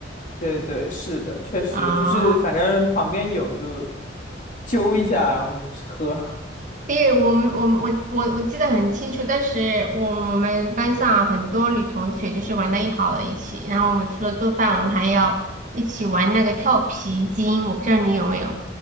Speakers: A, on the left (about 45°); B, on the right (about 45°).
A: 对对，是的，确实就是反正旁边有就
B: 哦，
A: 揪一下，然后喝。
B: 对，我们我们我我我记得很清楚，当时我我们班上很多女同学就是玩的一好的一起，然后我们除了做饭，我们还要一起玩那个跳皮筋，我不知道你有没有